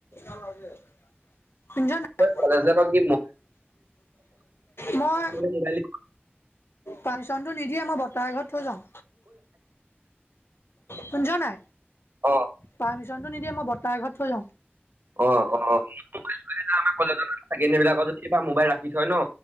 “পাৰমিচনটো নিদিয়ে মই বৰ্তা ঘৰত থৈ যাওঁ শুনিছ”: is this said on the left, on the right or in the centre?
Left